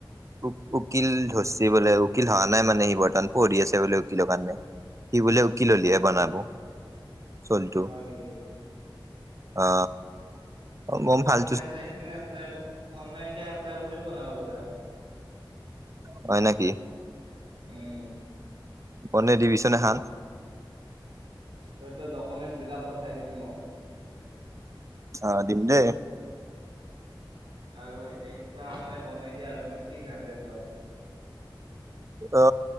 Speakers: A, on the right; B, on the right.
A: উ উকিল ধৰচি বোলে উকিল হহা নাই মানে সি বৰ্তমান পঢ়ি আছে বোলে উকিল কাৰণে সি বোলে উকিল হলহে
B: অ
A: বনাব চলটো
B: হয় নিকি
A: অ মম ফাল
B: অনলাইন চাইকিনেও এপ্লাই ক অনলাইন চাই এপ্লাই কৰিও বনাব পাৰা
A: হয় নাকি
B: উম
A: বনে ডিভিচু এহান
B: তই তই ডকুমেন্টচ বিলাক পঠাই দিবি মোক
A: অ দিম দেই
B: আৰু এক্সা মানে বনাই দিয়া মই ছিক্স হানড্ৰেড লওঁ
A: অ